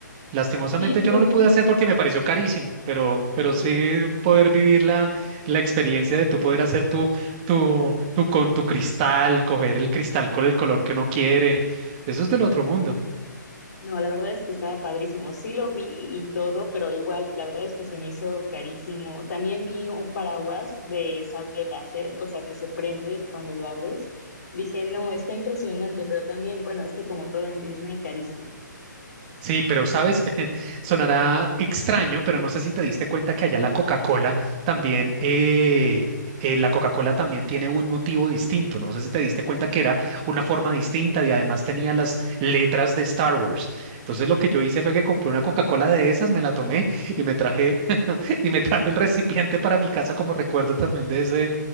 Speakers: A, on the right; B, on the left.
A: Lastimosamente
B: Sí, sí
A: yo
B: lo
A: no lo
B: vi.
A: pude hacer porque me pareció carísimo, pero, pero
B: Uh,
A: sí poder vivir la, la experiencia de tú poder hacer tu, tu, tu con tu cristal, coger el cristal con el color que uno quiere, eso es del otro mundo.
B: No, la verdad es que estaba padrísimo. Sí lo vi y todo, pero igual, la verdad es que se me hizo carísimo. También vi un paraguas de sable láser, o sea, que se prende cuando lo abres. Dije, no, está impresionante, pero también, bueno, es que como todo en Disney, carísimo.
A: Sí, pero sabes, <laughs> sonará extraño, pero no sé si te diste cuenta que allá la Coca-Cola también, eh, eh, la Coca-Cola también tiene un motivo distinto. No sé si te diste cuenta que era una forma distinta y además tenía las letras de Star Wars. Entonces lo que yo hice fue que compré una Coca-Cola de esas, me la tomé y me traje <laughs> y me traje el recipiente para mi casa como recuerdo también de ese,